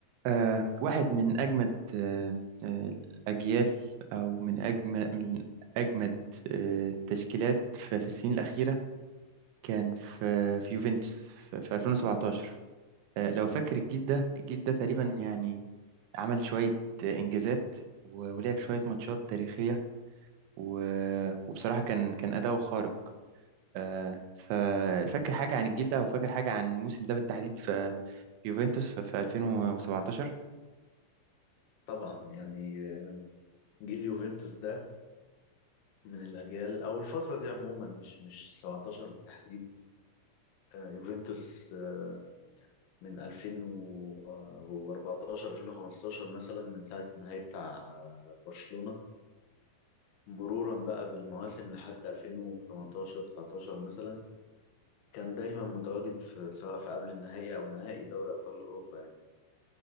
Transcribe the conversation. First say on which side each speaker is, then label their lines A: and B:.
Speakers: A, on the right (about 80°); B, on the left (about 80°).
A: آه واحد من أجمد آه آه الأجيال أو من أجمد من أجمد آه التشكيلات في, في السنين الأخيرة كان في, في يوفنتوس في, في 2017 آه لو فاكر الجيل ده الجيل ده تقريبا يعني عمل شوية آه إنجازات و- ولعب شوية ماتشات تاريخية و- وبصراحة كان كان أداؤه خارق آه ففاكر حاجة عن الجيل ده أو فاكر حاجة عن الموسم ده بالتحديد في في يوفنتوس في, في 2017
B: طبعا يعني جيل يوفنتوس ده من الاجيال او الفتره دي عموما مش مش 17 بالتحديد آه، يوفنتوس آه، من 2014 2015 مثلا من ساعه النهائي بتاع آه، برشلونه مرورا بقى بالمواسم لحد 2018 19 مثلا كان دايما متواجد في سواء في قبل النهائي او نهائي دوري ابطال اوروبا يعني